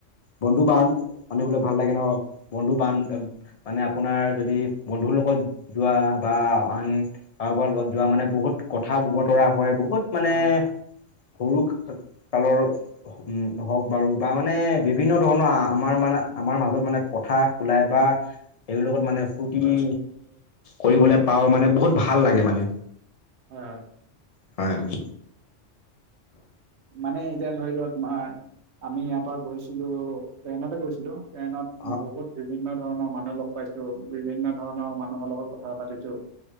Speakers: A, on the left; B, on the right.
A: বন্ধু বান্ধ আনিবলে ভাল লাগে ন বন্ধু বান্ধ মানে আপোনাৰ যদি বন্ধুৰ লগত যোৱা বা আন কাৰোবাৰ লগত যোৱা মানে বহুত কথা বতৰা হয় বহুত মানে
B: অ হয়
A: সৰু কালৰ উম হওক বাৰু বা মানে বিভিন্ন ধৰণৰ আমাৰ মানে আমাৰ মাজত মানে কথা ওলাই বা এইবিলগত মানে ফূৰ্তি
B: হয়
A: কৰিবলৈ পাওঁ মানে বহুত ভাল লাগে মানে।
B: হয় হয়।
A: হয় উম।
B: মানে এতিয়া ধৰি লোৱা তোমাৰ আমি ইয়াৰ পৰা গৈছিলো ট্ৰেইনতে গৈছিলো। ট্টেনত
A: অ
B: বহুত বিভিন্ন ধৰণৰ মানুহ লগ পাইছো, বিভিন্ন ধৰণৰ মানুহৰ লগত কথা পাতিছোঁ।